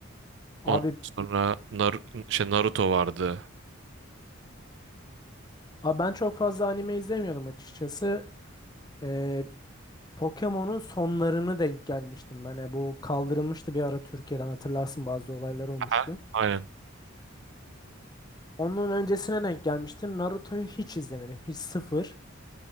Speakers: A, on the left; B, on the right.
A: Abi,
B: Ondan sonra Nar şey Naruto vardı.
A: abi ben çok fazla anime izlemiyordum açıkçası. Ee, Pokemon'un sonlarını denk gelmiştim ben. E, bu kaldırılmıştı bir ara Türkiye'den hatırlarsın bazı olaylar olmuştu.
B: Aha. Aynen.
A: Onun öncesine denk gelmiştim. Naruto'yu hiç izlemedim. Hiç sıfır.